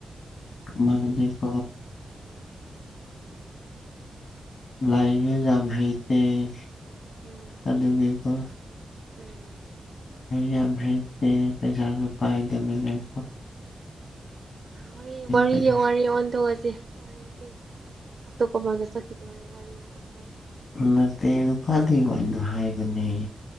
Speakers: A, on the left (about 70°); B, on the right (about 55°).
A: ꯃꯗꯤꯀꯣ
B: ꯎꯝ
A: ꯂꯥꯏꯖꯝ ꯍꯥꯏꯩ
B: ꯎꯝ
A: ꯀꯒꯕ
B: ꯎꯝ
A: ꯌꯥꯝꯦꯖ ꯄꯖ ꯔꯨꯄꯥ ꯂꯩꯃꯤꯅꯦꯣ
B: ꯋꯥꯔꯤ ꯋꯥꯔꯤꯒꯤ
A: ꯄꯩꯁꯥ
B: ꯋꯥꯔꯤ ꯑꯣꯟꯊꯣꯛꯑꯁꯤꯦ ꯋꯥꯔꯤꯦ ꯑꯇꯣꯞꯄ ꯃꯅ ꯁ ꯀꯤꯗꯧꯔꯦ ꯋꯥꯔꯤ ꯑꯣꯟꯊꯣꯛꯑꯁꯦ
A: ꯅꯠꯇꯦ ꯅꯨꯄꯥꯗꯨ ꯋꯥꯔꯤꯗꯣ ꯍꯥꯏꯕꯅꯦ